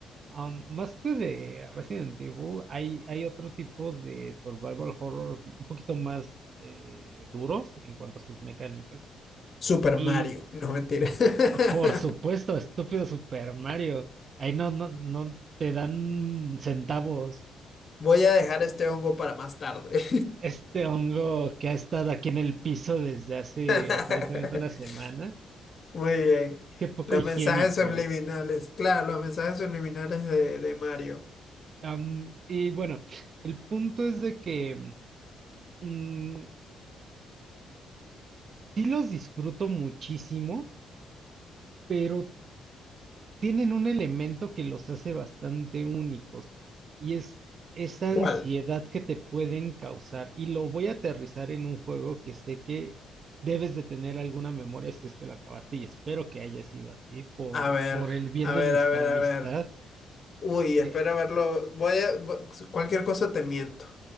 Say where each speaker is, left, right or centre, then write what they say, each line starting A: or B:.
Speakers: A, on the right; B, on the left.
A: Am, más que de Resident Evil, hay, hay otro tipo de survival horror un poquito más eh, duros en cuanto a sus mecánicas.
B: Super
A: Y
B: Mario, no mentira. <laughs>
A: por supuesto, estúpido Super Mario. Ahí no, no, no te dan centavos.
B: Voy a dejar este hongo para más tarde.
A: Este hongo que ha estado aquí en el piso desde hace
B: <laughs>
A: aparentemente una semana.
B: Muy bien.
A: Qué poco
B: Los
A: higiénico.
B: mensajes subliminales. Claro, los mensajes subliminales de, de Mario.
A: Am, y bueno, el punto es de que mm, sí los disfruto muchísimo, pero Tienen un elemento que los hace bastante únicos y es esa ansiedad
B: ¿Cuál?
A: que te pueden causar. Y lo voy a aterrizar en un juego que sé que debes de tener alguna memoria si es que lo acabaste y espero que haya sido así por,
B: A ver,
A: por el bien
B: a
A: de
B: ver,
A: nuestra
B: a ver,
A: amistad.
B: a ver. Uy, espera
A: Eh,
B: verlo. Voy a... vo- Cualquier cosa te miento.